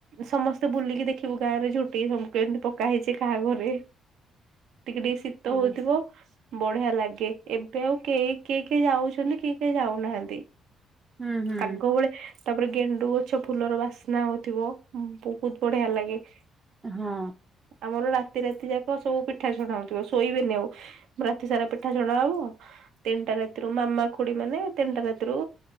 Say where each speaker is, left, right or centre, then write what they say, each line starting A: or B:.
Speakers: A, on the right; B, on the right.
A: ସମସ୍ତେ ବୁଲିକି ଦେଖିବୁ ଗାଁ ରେ ଝୋଟିବୁ କେ ପକା ହେଇଛି କାହାଘରେ ଟିକେ ଟିକେ ଶୀତ
B: ଆଜ୍ଞା
A: ହଉଥିବ ବଢିଆ ଲାଗେ ଏବେ ଆଉ କେଇ କିଏ କିଏ ଯାଉଛନ୍ତି କିଏ କେହି ଯାଉନାହାନ୍ତି।
B: ହୁଁ ହୁଁ।
A: ଆଗ ବଳେ ତାପରେ ଗେଣ୍ଡୁ ଗଛ ଫୁଲର ବାସ୍ନା ହଉଥିବ ବହୁତ୍ ବଢିଆ ଲାଗେ।
B: ହଁ।
A: ଆମର ରାତି ରାତି ଯାକ ସବୁ ପିଠା ଛଣାହଉଥିବ ଶୋଇବେନି ଆଉ। ରାତି ସାରା ପିଠା ଛଣାହବ ତିନିଟା ରାତିରୁ ମାମା ଖୁଡି ମାନେ ତିନିଟା ରାତିରୁ